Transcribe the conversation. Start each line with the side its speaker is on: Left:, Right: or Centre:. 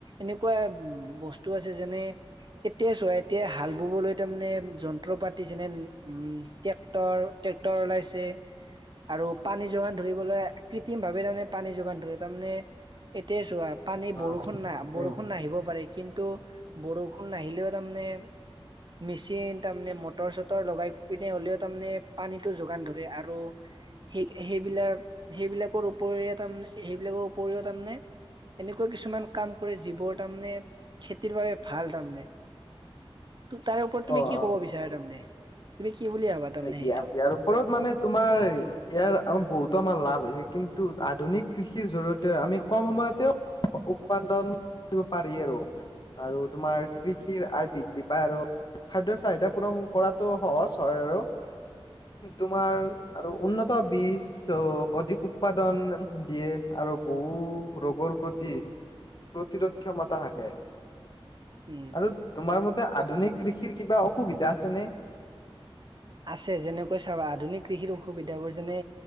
Right: এনেকুৱা উম বস্তু আছে যেনে এতিয়াই চোৱা এতিয়া হাল ববলৈ তাৰমানে যন্ত্ৰ পাতি যেনে উম ট্ৰেক্টৰ- ট্ৰেক্টৰ ওলাইছে আৰু পানী যোগান ধৰিবলৈ কৃত্ৰিম ভাবে তাৰমানে পানী যোগান ধৰে। তাৰমানে এতিয়া চোৱা পানী
Left: অ
Right: বৰষুণ না বৰষুণ
Left: উম
Right: নাহিব পাৰে কিন্তু বৰষুণ নাহিলেও তাৰমানে মেচিন তাৰমানে মটৰ চটৰ লগাই পিনে হ'লেও তাৰমানে পানীটো যোগান ধৰে আৰু সেই সেইবিলাক সেইবিলাকৰ উপৰি তাৰমানে সেইবিলাকৰ উপৰিও তাৰমানে এনেকুৱা কিছুমান কাম কৰে যিবোৰ তাৰমানে খেতিৰ বাবে ভাল তাৰমানে।
Left: <inaudible>
Right: তো তাৰে ওপৰত তুমি
Left: অ
Right: কি
Left: অ
Right: ক'ব বিচাৰা তাৰমানে, তুমি কি বুলি ভাবা? তাৰমানে
Left: ইয়া
Right: সেইটো
Left: ইয়াৰ ওপৰত মানে তোমাৰ ইয়াৰ আমাৰ বহুতো আমাৰ লাভ হৈছে কিন্তু, আধুনিক কৃষিৰ জৰিয়তে আমি কম সময়তেও উৎপাদন কৰিব পাৰি আৰু আৰু তোমাৰ কৃষিৰ আয় বৃদ্ধি পায় আৰু। খাদ্যৰ চাহিদা পূৰণ কৰাতো সহজ হয় আৰু। তোমাৰ আৰু উন্নত বীজ চ' অধিক উৎপাদন দিয়ে আৰু বহু ৰোগৰ প্ৰতি প্ৰতিৰোধ ক্ষমতা থাকে
Right: উম
Left: আৰু তোমাৰ মতে আধুনিক কৃষিৰ কিবা অসুবিধা আছে নে?
Right: আছে যেনেকৈ চাবা আধুনিক কৃষিৰ অসুবিধা বোৰ যেনে